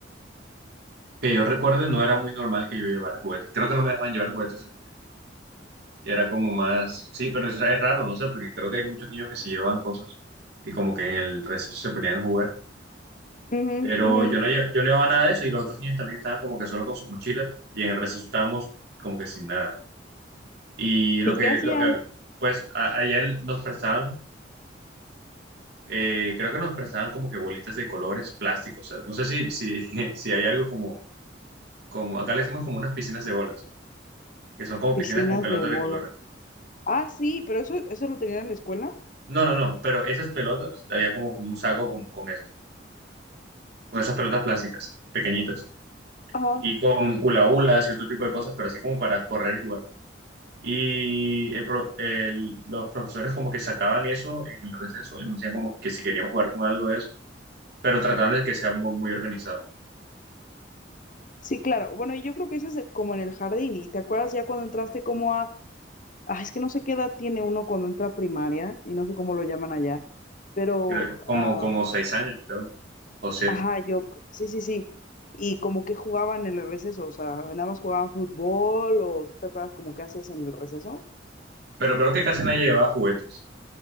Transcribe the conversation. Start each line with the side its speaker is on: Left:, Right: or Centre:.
Right: Que yo recuerde, no era muy normal que yo llevara juguetes. Creo que no me dejaban llevar juguetes al colegio. Y Era como más, sí, pero es, es raro, no sé, porque creo que hay muchos niños que se llevan cosas y como que en el receso se ponían a jugar.
Left: Ujú,
Right: Pero
Left: ujú.
Right: yo no, lle- yo no llevaba nada de eso y los otros niños también estaban como que solo con sus mochilas y en el receso estábamos como que sin nada. Y lo
Left: ¿Y
Right: que,
Left: qué hacían?
Right: lo que pues a- allá en- nos prestaban, eh, creo que nos prestaban como que bolitas de colores plásticos. O sea, no sé si, si, <laughs> si hay algo como, como, acá le decimos como unas piscinas de bolas, que son como piscinas
Left: Piscinas
Right: con pelotas
Left: de bola.
Right: de colores.
Left: Ah, sí, pero eso, eso lo tenían en la escuela.
Right: No, no, no, pero esas pelotas, había como un saco con, con esas, con esas pelotas plásticas, pequeñitas.
Left: Ajá.
Right: Y con hula hulas y otro tipo de cosas, pero así como para correr y jugar. Y el pro- el- los profesores como que sacaban eso en el receso y nos decían como que si queríamos jugar con algo de eso, pero trataban de que sea muy, muy organizado.
Left: Sí, claro. Bueno, y yo creo que ese es como en el jardín. ¿Y te acuerdas ya cuando entraste como a... Ah, es que no sé qué edad tiene uno cuando entra a primaria y no sé cómo lo llaman allá. Pero,
Right: Creo,
Left: ah,
Right: como, como seis años, creo, ¿no? O siete.
Left: ajá, yo, sí, sí, sí. Y como que jugaban en el receso, o sea, nada más jugaban fútbol o tú te acuerdas como qué hacías en el receso.
Right: Pero creo que casi nadie llevaba juguetes.